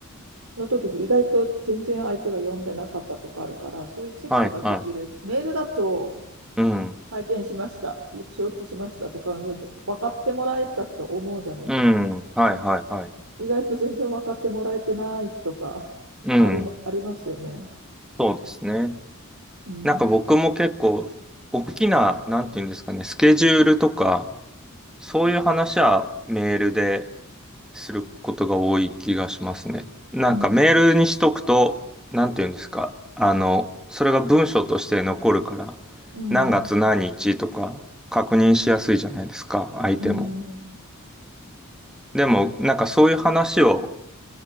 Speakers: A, on the right; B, in the centre.
A: の時に意外と全然相手が読んでなかったとかあるから、そういうチェックができる。
B: はいは
A: メールだと
B: い。うん。
A: 拝見しました、承知しましたとか、分かってもらえたと思うじゃないですか。
B: うん。はいはいはい。
A: 意外と全然分かってもらえてないとか、<laughs>
B: うん。
A: ありま、ありますよね。
B: そうですね。
A: うん、
B: なんか僕も結構、大きな、なんていうんですかね、スケジュールとか、そういう話はメールですることが多い気がしますね。なんかメールにしとくと、
A: うん、
B: なんていうんですか、あの、それが文章として残るから、
A: うん、
B: 何月何日とか確認しやすいじゃないですか、相手も。
A: うん、
B: でも、なんかそういう話を